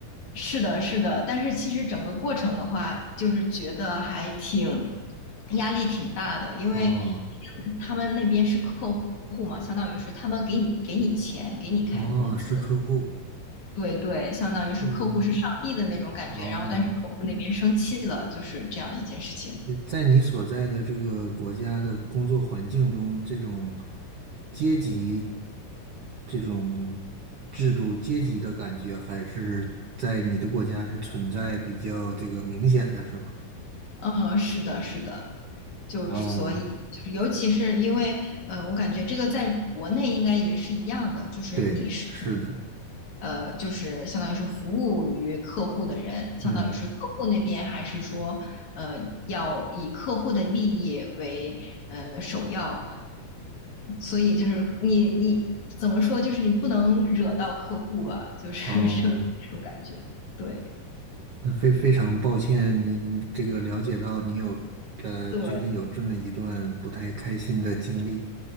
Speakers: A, on the left; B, on the right.
A: 是的，是的，但是其实整个过程的话，就是觉得还挺压力挺大的，因为
B: 哦
A: 他们那边是客户嘛，相当于是他们给你给你钱，给你开的工资，
B: 哦，是客户，
A: 对对，相当于是客户是上帝的那种感觉，
B: 嗯哦。
A: 然后但是客户那边生气了，就是这样一件事情。
B: 在你所在的这个国家的工作环境中，这种阶级、这种制度、阶级的感觉，还是在你的国家是存在比较这个明显的，是吗？
A: 嗯，是的，是的，就所以就是尤其是因为，
B: 哦，
A: 呃，我感觉这个在国内应该也是一样的，就是你是。
B: 对，是的，
A: 呃，就是相当于是服务于客户的人，相当于是客户那边，
B: 嗯，
A: 还是说，呃，要以客户的利益为呃首要？所以就是你你怎么说，就是你不能惹到客户吧，就是
B: 哦，
A: <laughs> 就是这种感觉。对
B: 那非非常抱歉，您这个了解到你有呃最近有这么一段不太开心的经历。
A: 对，